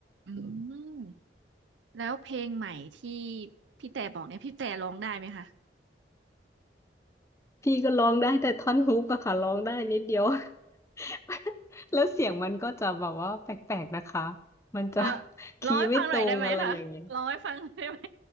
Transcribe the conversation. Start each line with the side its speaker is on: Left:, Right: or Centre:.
Right: อืมแล้วเพลงใหม่ที่พี่แต่บอกเนี่ยพี่แต่ร้องได้ไหมคะ
Left: พี่ก็ร้องได้แต่ท่อนฮุกอะค่ะร้องได้นิดเดียว <laughs> แล้วเสียงมันก็จะแบบว่าแปลกๆนะคะมันจะ
Right: เออ
Left: <laughs> คีย์ไม่ตรงอะไรอย่างเงี้ย
Right: ร้องให้ฟังหน่อยได้ไหมคะร้องให้ฟังหน่อยได้ไหม